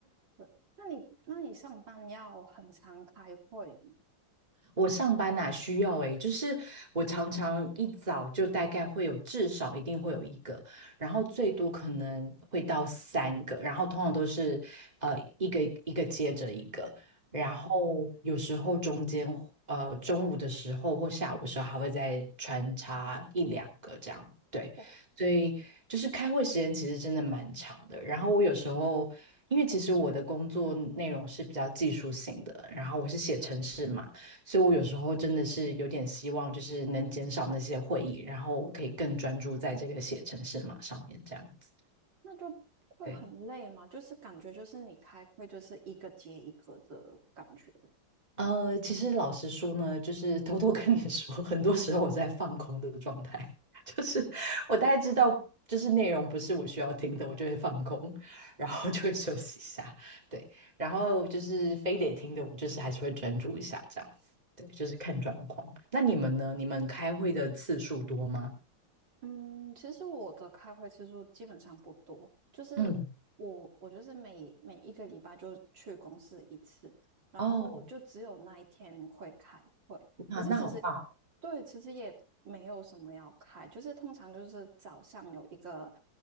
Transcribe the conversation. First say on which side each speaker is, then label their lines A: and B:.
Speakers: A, on the right; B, on the right.
A: 对，那你那你上班要很常开会吗？
B: 我上班哪、需要诶、就是我常常一早就大概会有至少一定会有一个，然后最多可能会到三个，然后通常都是呃一个一个接着一个，然后有时候中间呃中午的时候或下午的时候还会再穿插一两个这样，对，
A: 哇，
B: 所以就是开会时间其实真的蛮长的，然后我有时候。因为其实我的工作内容是比较技术性的，然后我是写程式嘛。所以我有时候真的是有点希望，就是能减少那些会议，然后可以更专注在这个写程式码上面这样子。
A: 那就会很累嘛，
B: 对，
A: 就是感觉就是你开会就是一个接一个的感觉。
B: 呃，其实老实说呢，就是偷偷跟你说，很多时候我在放空的状态，<laughs> 就是我大概知道。就是内容不是我需要听的，我就会放空，然后就会休息一下，对，然后就是非得听的，我就是还是会专注一下这样子，对，就是看状况。那你们呢？你们开会的次数多吗？
A: 嗯，其实我的开会次数基本上不多，就是我我就是每每一个礼拜就去公司一次，
B: 嗯，
A: 然后就只有那一天会开会。
B: 哦，啊，
A: 可是其实
B: 那好棒哦
A: 对，其实也没有什么要开，就是通常就是早上有一个